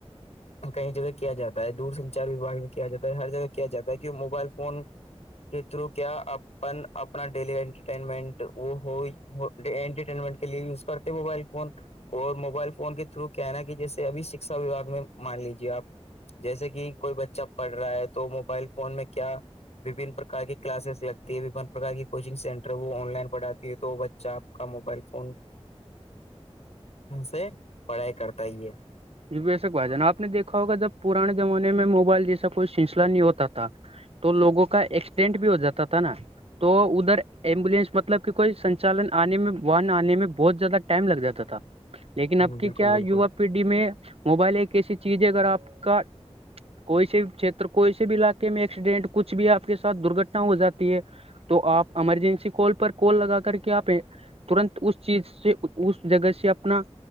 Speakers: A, on the left; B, on the right.
A: کئی جگہ کیا جاتا ہے دور سنچار وباگ کیا جاتا ہے ہر جگہ کیا جاتا ہے کہ موبائل فون کے تھرو کیا اپن اپنا ڈیلی انٹرٹینمنٹ وہ ہو انٹرٹینمنٹ کے لئے یوز کرتے ہیں موبائل فون اور موبائل فون کے تھرو کیا ہےنا کہ جیسے ابھی شکشا وباگ میں مان لیجیے آپ جیسے کہ کوئی بچہ پڑھ رہا ہے تو موبائل فون میں کیا وبھن پرکار کی کلاسز لگتی ہے وبن پرک کی کوچنگ سینٹر وہ آن لائن پڑھاتی ہے تو چ آپ کا موبائل فون
B: <inaudible>
A: سے پڑھائی کرتا ہی ہے
B: جی ویسے بات ہے نا آپ نے دیکھا ہوگا جب پرانے زمانے میں موبائل جیسا کوئی سلسلہ نہیں ہوتا تھا تو لوگوں کا ایکسیڈینٹ بھی ہو جاتا تھا نا تو ادھر ایمبولینس مطلب کہ کوئی سنچالن آنے میں واہن آنے میں بہت زیادہ ٹائم لگ جاتا تھا لیکن اب
A: ہوں، بالکل
B: کی کیا
A: بالکل
B: ووا پیڑھی میں موبائل ایک ایسی چیز ہے اگر آپ کا کوئی سے بھی چھیر کوئی سے بھی علاقے میں ایکسیڈینٹ کچھ بھی آپ کے ساتھ درگھٹنا ہو جاتی ہے تو آپ ایمرجنسی کال پر کال لگا کر کے آپ ترنت اس چیز سے اس جگہ سے اپنا